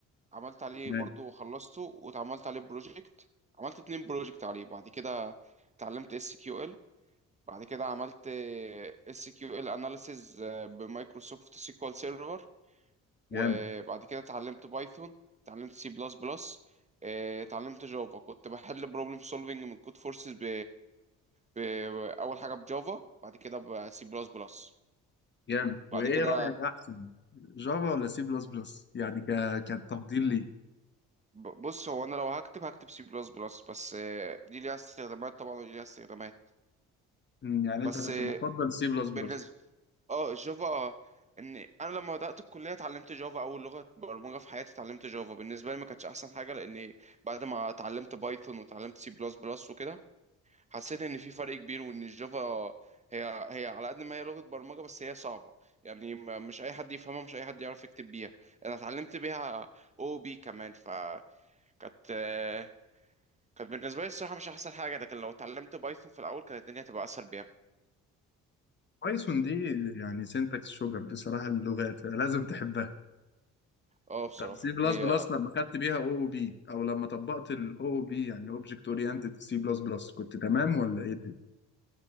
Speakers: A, on the right (about 25°); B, on the left (about 35°).
A: عملت عليه
B: جامد
A: برضو وخلصته واتعملت عليه بروجكت عملت اتنين بروجكت عليه بعد كده اتعلمت اس كيو ال بعد كده عملت اس كيو ال اناليسيز بمايكروسوفت سيكوال سيرفر وبعد
B: جامد
A: كده اتعلمت بايثون اتعلمت سي بلس بلس اتعلمت جافا كنت بحل بروبلم سولفنج من كود فورسز ب... ب... اول حاجه بجافا بعد كده بسي بلس بلس
B: جامد وايه
A: بعد كده
B: رأيك احسن جافا ولا سي بلس بلس يعني ك... كتفضيل لي
A: ب- بص هو انا لو هكتب هكتب سي بلس بلس بس آه، دي ليها استخدامات طبعا ودي ليها استخدامات
B: يعني
A: بس
B: انت كنت
A: آه،
B: بتفضل سي بلس بلس
A: بالنسبه اه جافا اه ان انا لما بدات الكليه اتعلمت جافا اول لغه برمجه في حياتي اتعلمت جافا بالنسبه لي ما كانتش احسن حاجه لان بعد ما اتعلمت بايثون واتعلمت سي بلس بلس وكده حسيت ان في فرق كبير وان الجافا هي هي على قد ما هي لغه برمجه بس هي صعبه يعني ما- مش اي حد يفهمها مش اي حد يعرف يكتب بيها انا اتعلمت بيها او بي كمان فكانت آه، كانت بالنسبه لي الصراحه مش احسن حاجه لكن لو اتعلمت بايثون في الاول كانت الدنيا هتبقى اسهل بيها
B: بايثون دي يعني سينتاكس شوجر بصراحة اللغات لازم تحبها
A: اه بصراحه
B: طب سي بلس
A: هي
B: بلس لما خدت بيها او او بي او لما طبقت الاو او بي يعني اوبجكت اورينتد سي بلس بلس كنت تمام ولا ايه دي؟